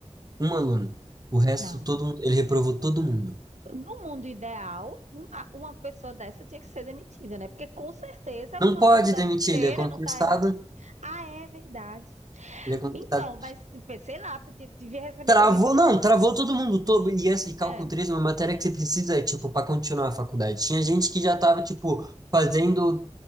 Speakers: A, on the right (about 35°); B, on the right (about 80°).
A: um aluno. O resto,
B: Não.
A: todo, mu- ele reprovou todo mundo.
B: No mundo ideal, uma, uma pessoa dessa tinha que ser demitida, né? Porque com certeza
A: Não
B: uma
A: pode
B: faculdade
A: demitir,
B: inteira
A: ele é concursado,
B: não está errada. Ah, é verdade.
A: ele é concursado
B: Então, mas tipo, sei lá, podia, devia receber
A: Travou,
B: pelo menos alguma.
A: não, travou todo mundo todo. E esse cálculo
B: É.
A: 3 é uma matéria que você precisa, tipo, para continuar a faculdade. Tinha gente que já tava, tipo, fazendo